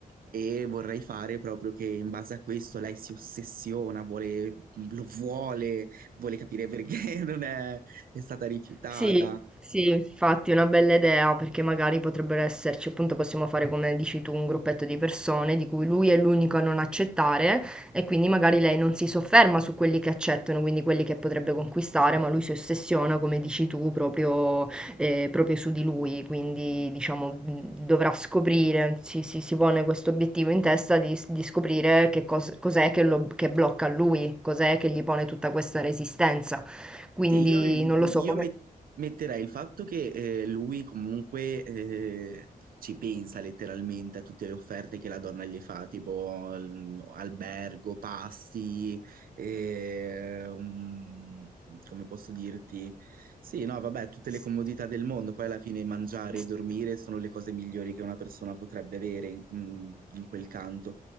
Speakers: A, on the right; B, in the centre.
A: E vorrei fare proprio che in base a questo lei si ossessiona, vuole, lo vuole, vuole capire perché <laughs> non è, è stata rifiutata.
B: Sì, sì, infatti è una bella idea perché magari potrebbero esserci, appunto possiamo fare come dici tu, un gruppetto di persone di cui lui è l'unico a non accettare e quindi magari lei non si sofferma su quelli che accettano, quindi quelli che potrebbe conquistare, ma lui si ossessiona, come dici tu, proprio, eh, proprio su di lui, quindi diciamo mh, dovrà scoprire, si, si, si pone questo obiettivo in testa di, di scoprire che cos- cos'è che, lo, che blocca lui, cos'è che gli pone tutta questa resistenza. Quindi
A: Sì, io,
B: non lo so
A: io
B: come...
A: met- metterei il fatto che eh, lui comunque eh, ci pensa letteralmente a tutte le offerte che la donna gli fa, tipo al- albergo, pasti, eh, um, come posso dirti? Sì, no, vabbè, tutte
B: s-
A: le comodità del mondo, poi alla fine mangiare
B: s-
A: e dormire sono le cose migliori che una persona potrebbe avere in, mm, in quel canto.